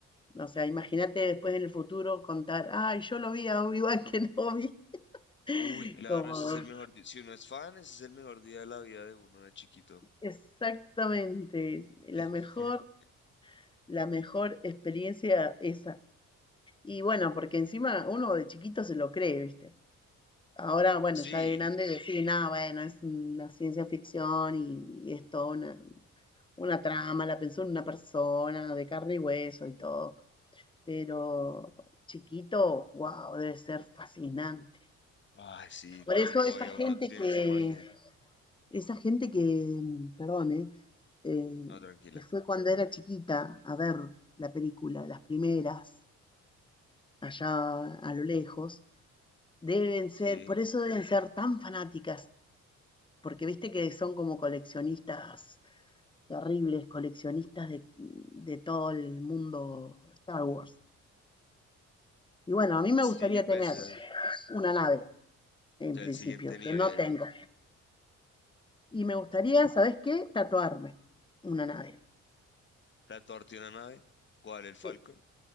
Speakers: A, on the left; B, on the left.
A: O sea, imagínate después en el futuro contar, ay, yo lo vi a Obi-Wan Kenobi.
B: Uy,
A: <laughs>
B: <laughs> claro,
A: Como,
B: ese es el mejor día, si uno es fan, ese es el mejor día de la vida de uno de chiquito.
A: exactamente, la
B: <laughs>
A: mejor, la mejor experiencia esa. Y bueno, porque encima uno de chiquito se lo cree, ¿viste? Ahora, bueno,
B: Sí,
A: ya de grande decir, nada, bueno, es una ciencia ficción y, y es toda una, una trama, la pensó una persona de carne y hueso y todo. Pero chiquito, wow, debe ser fascinante.
B: ay, sí,
A: Por
B: cuando
A: eso
B: todavía
A: esa gente
B: uno tiene
A: que,
B: esa magia.
A: Esa gente que, mm, perdón, ¿eh? eh,
B: No, tranquila,
A: que fue cuando era chiquita a ver la película, las primeras, allá a lo lejos, deben ser,
B: sí.
A: por eso deben ser tan fanáticas, porque viste que son como coleccionistas terribles, coleccionistas de, de todo el mundo Star Wars. Y bueno, a mí me
B: Sí,
A: gustaría
B: pues
A: tener
B: ya, el-
A: una nave, en
B: ya
A: principio,
B: el siguiente nivel.
A: que no tengo. Y me gustaría, ¿sabes qué? Tatuarme una nave.
B: La torta y una nave, ¿cuál? ¿El Falcon?
A: Sí.